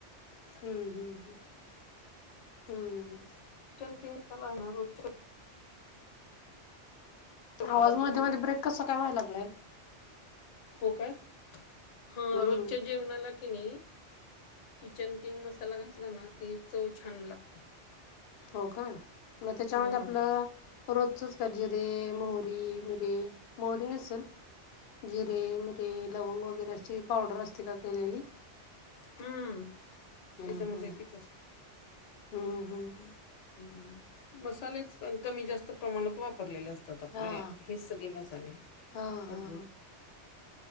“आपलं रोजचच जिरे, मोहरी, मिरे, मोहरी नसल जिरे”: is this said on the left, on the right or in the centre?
Left